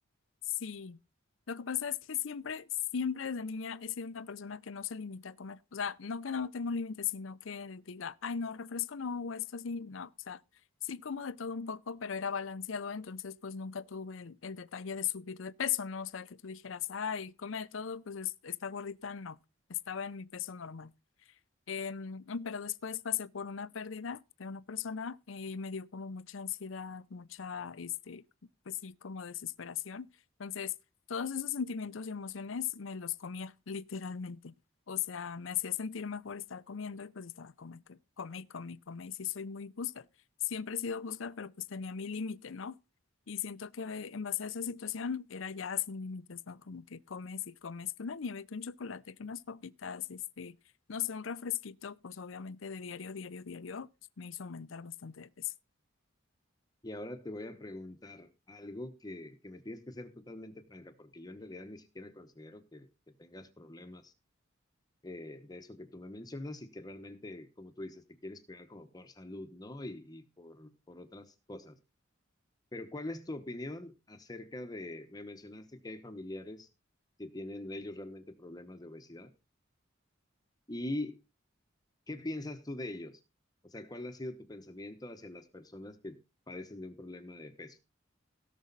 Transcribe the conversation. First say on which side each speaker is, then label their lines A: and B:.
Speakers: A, on the left; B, on the left.
A: Sí, lo que pasa es que siempre, siempre desde niña he sido una persona que no se limita a comer. O sea, no que no tengo límites, sino que diga, ay, no, refresco no, o esto así, no. O sea, sí como de todo un poco, pero era balanceado, entonces pues nunca tuve el, el detalle de subir de peso, ¿no? O sea, que tú dijeras, ay, come de todo, pues es- está gordita, no, estaba en mi peso normal. Em, pero después pasé por una pérdida de una persona y me dio como mucha ansiedad, mucha, este, pues sí, como desesperación. Entonces, todos esos sentimientos y emociones me los comía, literalmente. O sea, me hacía sentir mejor estar comiendo y pues estaba come, que- come y come y come. Y sí, soy muy busca. Siempre he sido busca, pero pues tenía mi límite, ¿no? Y siento que en base a esa situación era ya sin límites, ¿no? Como que comes y comes que una nieve, que un chocolate, que unas papitas, este no sé, un refresquito, pues obviamente de diario, diario, diario, pues, me hizo aumentar bastante de peso.
B: Y ahora te voy a preguntar algo que, que me tienes que ser totalmente franca, porque yo en realidad ni siquiera considero que, que tengas problemas eh, de eso que tú me mencionas y que realmente, como tú dices, te quieres cuidar como por salud, ¿no? Y, y por, por otras cosas. Pero ¿cuál es tu opinión acerca de, me mencionaste que hay familiares que tienen ellos realmente problemas de obesidad y ¿Qué piensas tú de ellos? O sea, ¿cuál ha sido tu pensamiento hacia las personas que padecen de un problema de peso?